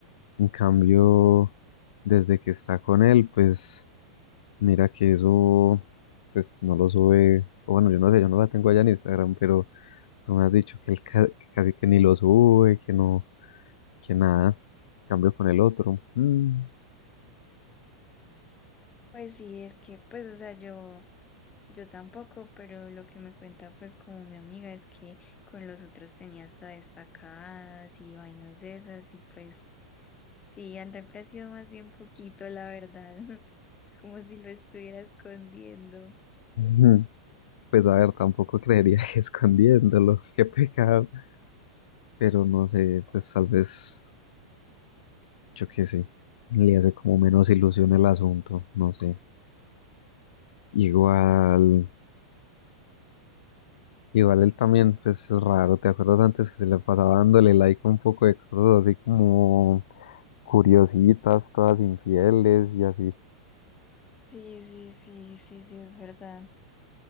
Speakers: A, on the left; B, on the left.
A: En cambio, desde que está con él, pues mira que eso, pues no lo sube. o Bueno, yo no sé, yo no la tengo allá en Instagram, pero tú me has dicho que él ca- que casi que ni lo sube, que no que nada, cambio con el otro. Mm,
B: pues sí, es que, pues, o sea, yo Yo tampoco, pero lo que me cuenta pues como mi amiga es que con los otros tenía hasta destacadas y vainas de esas y pues sí, han reemplazado más bien poquito, la verdad, <laughs> como si lo estuviera escondiendo.
A: ujú. <laughs> Pues a ver, tampoco creería que escondiéndolo, <laughs> qué pecado. Pero no sé, pues tal vez, yo qué sé, le hace como menos ilusión el asunto, no sé. Igual, igual él también, pues es raro, ¿te acuerdas antes que se le pasaba dándole like a un poco de cosas así como curiositas, todas infieles y así?
B: Sí, sí, sí, sí, sí, es verdad.